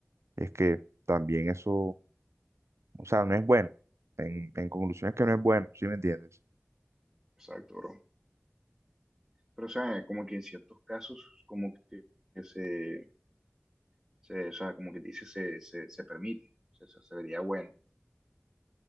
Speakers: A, on the right; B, in the centre.
A: es que también eso O sea, no es bueno. En, en conclusión es que no es bueno, ¿sí me entiendes?
B: exacto, bro. Pero, o sea, como que en ciertos casos, como que, que se, se, o sea, como que dice, se, se, se permite, se, se, se vería bueno.